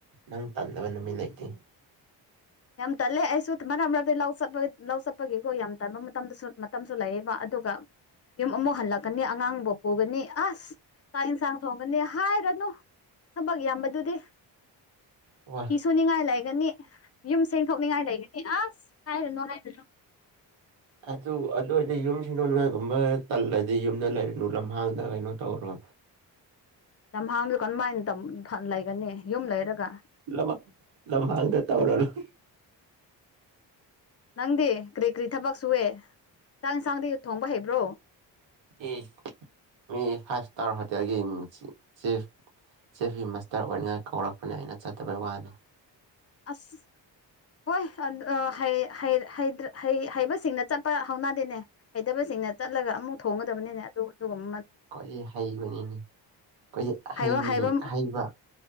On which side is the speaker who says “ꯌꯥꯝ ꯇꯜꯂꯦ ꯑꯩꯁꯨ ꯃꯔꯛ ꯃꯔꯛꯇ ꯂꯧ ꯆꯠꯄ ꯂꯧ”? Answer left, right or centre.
Left